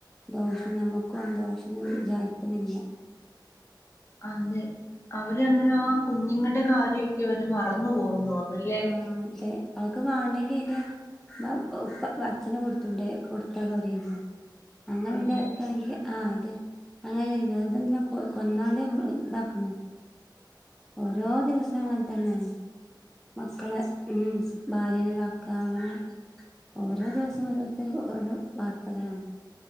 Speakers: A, in the centre; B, on the left.
A: ദോഷം നമ്മുക്കും ആ ദോഷംന്ന് വിചാരിക്കുന്നില്ല.
B: അതെ അവര്മില് ആ കുഞ്ഞുങ്ങളുടെ കാര്യൊക്കെ അവര് മറന്നു പോകുന്നു. തോന്നുന്നല്ലേ
A: ആ അതെ അവൊക്ക് വേണ്ടെങ്കി അതിന്റെ ഉപ്പ അച്ച്ചഛന കൊടുത്തണ്ട കൊടുത്താൽ പോരായിരുന്നു. അങ്ങനെ
B: അതെ
A: ഇതക്കയാണെങ്കിൽ ആ അങ്ങനെ വേതം കൊ കൊന്നാതെ ഇതാക്ക്ണ്. ഓരോ ദിവസ അങ്ങനെ തന്നെയാണ്. മക്കളെ ഉം ഭാര്യനെതാക്ക അങ്ങനെ ഓരോ ദിവസം ഓരോരുത്തരും ഓരോ വാർത്തകളാണ്.